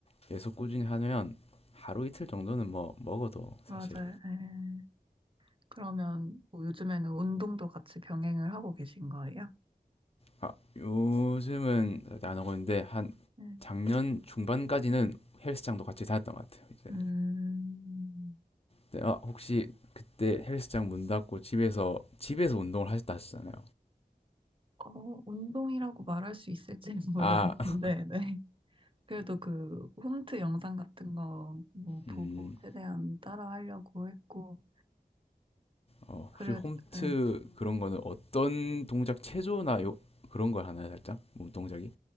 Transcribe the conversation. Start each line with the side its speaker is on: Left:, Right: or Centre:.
Left: 계속 꾸준히 하면 하루 이틀 정도는 뭐 먹어도 사실.
Right: 맞아요. 예. 그러면 뭐 요즘에는 운동도 같이 병행을 하고 계신 거예요?
Left: 아, 요즘은 안 하고 있는데 한
Right: 네.
Left: 작년 중반까지는 헬스장도 같이 다녔던 것 같아요. 이제.
Right: 음,
Left: 근데 아, 혹시 그때 헬스장 문 닫고 집에서 집에서 운동을 하셨다 하셨잖아요.
Right: 어, 운동이라고 말할 수 있을지 <laughs> 모르겠는데,
Left: 아, <laughs>
Right: 네. 그래도 그 홈트 영상 같은 거 뭐 보고
Left: 음,
Right: 최대한 따라 하려고 했고,
Left: 어,
Right: 그래,
Left: 혹시 홈트
Right: 예.
Left: 그런 거는 어떤 동작 체조나 요 그런 걸 하나요, 살짝? 몸 동작이?